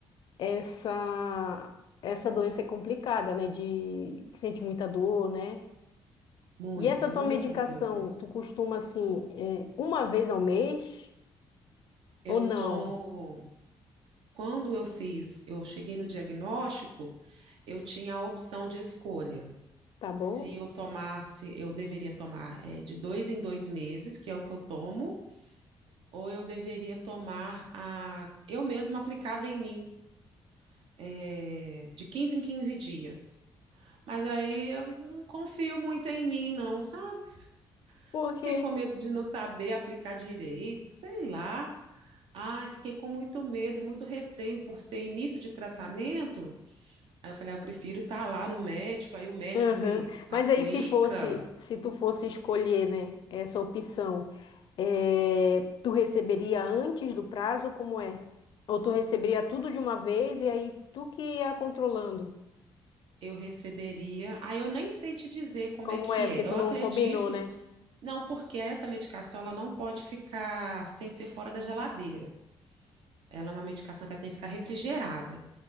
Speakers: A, on the left; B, on the right.
A: essa essa doença é complicada, né? De que sente muita dor, né?
B: Muita,
A: E essa
B: muitas
A: tua medicação,
B: dores.
A: tu costuma assim, é, uma vez ao mês
B: Eu
A: ou não?
B: tomo. Quando eu fiz, eu cheguei no diagnóstico, eu tinha a opção de escolha.
A: Tá bom?
B: Se eu tomasse, eu deveria tomar eh, de dois em dois meses, que é o que eu tomo, ou eu deveria tomar a. Eu mesma aplicava em mim, eh, de 15 em 15 dias. Mas aí eu não confio muito em mim, não, sabe?
A: Porque
B: Fiquei com medo de não saber aplicar direito, sei lá. Ai, fiquei com muito medo, muito receio por ser início de tratamento. Aí eu falei, ah, eu prefiro estar lá no médico, aí o médico
A: Aham.
B: me aplica,
A: Mas aí se fosse, se tu fosse escolher, né, essa opção, eh, tu receberia antes do prazo, como é? Ou tu receberia tudo de uma vez e aí tu que ia controlando?
B: eu receberia. Aí eu nem sei te dizer como
A: Como
B: é que
A: é? Porque
B: é.
A: tu
B: Eu
A: não
B: acredito,
A: combinou, né?
B: não, porque essa medicação ela não pode ficar sem ser fora da geladeira. Ela é uma medicação que ela tem que ficar refrigerada.